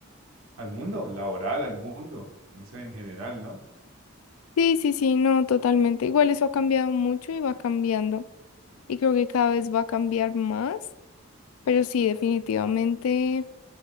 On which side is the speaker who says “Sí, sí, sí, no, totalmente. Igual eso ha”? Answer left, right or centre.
Left